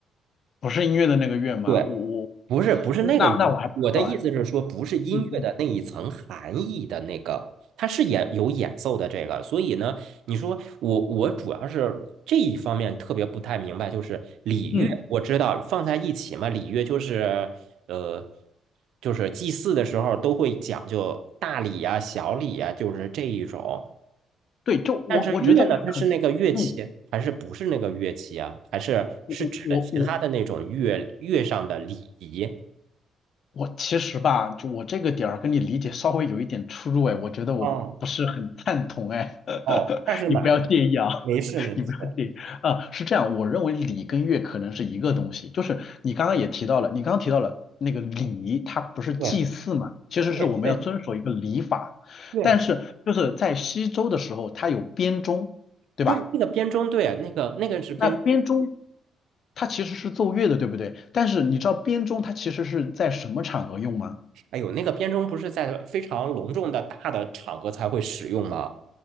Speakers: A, on the left; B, on the right.
A: 不是音乐的那个乐吗？
B: 对。
A: 我我
B: 不是不是那个，
A: 那那我还不知道哎，
B: 我的意思是说，不是音乐的那一层含义的那个，
A: 嗯嗯
B: 它是演有演奏的这个，所以呢，你说我我主要是这一方面特别不太明白，就是礼乐，
A: 嗯，
B: 我知道放在一起嘛，礼乐就是呃，就是祭祀的时候都会讲究大礼呀、小礼呀，就是这一种。
A: 对，就我我觉得吧，
B: 但是乐呢，它是那个乐器，
A: 可能，嗯，
B: 还是不是那个乐器啊？还是是指的其他的那种乐乐上的礼仪？
A: 我我我我我其实吧，就我这个点儿跟你理解稍微有一点出入哎，我觉得我不是很赞同哎，
B: 嗯。
A: <laughs>
B: 哦，那是哪一
A: 你不要介意啊，
B: 没事没事，
A: <laughs> 你不要介意啊，是这样，我认为礼跟乐可能是一个东西，就是你刚刚也提到了，你刚刚提到了那个礼，它不是祭祀嘛，
B: 对
A: 其实是我们要遵守一个礼法，
B: 对对对
A: 但是就是在西周的时候，它有编钟，对吧？
B: 对，那个编钟，对啊那个那个是编，
A: 那编钟它其实是奏乐的，对不对？但是你知道编钟它其实是在什么场合用吗？
B: 哎呦，那个编钟不是在非常隆重的大的场合才会使用吗？